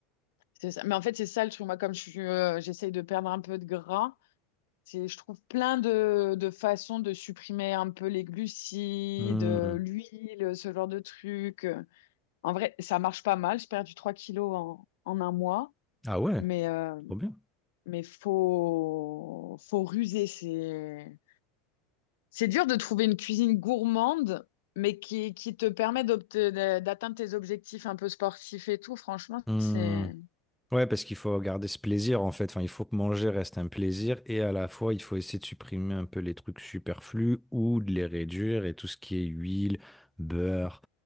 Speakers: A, on the left (about 75°); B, in the centre.
A: C'est ça. Mais en fait, c'est ça le truc. Moi, comme je suis, euh, j'essaye de perdre un peu de gras, c'est, je trouve plein de, de façons de supprimer un peu les glucides,
B: Hmm.
A: euh, l'huile, ce genre de trucs. En vrai, ça marche pas mal. J'ai perdu 3 kilos en, en un mois.
B: Ah ouais,
A: Mais, euh,
B: trop bien.
A: mais faut, faut ruser. C'est. C'est dur de trouver une cuisine gourmande, mais qui, qui te permet d'obte- de- d'atteindre tes objectifs un peu sportifs et tout. Franchement,
B: Hmm.
A: c'est,
B: Ouais, parce qu'il faut garder ce plaisir en fait. Enfin, il faut que manger reste un plaisir et à la fois, il faut essayer de supprimer un peu les trucs superflus ou de les réduire et tout ce qui est huile, beurre,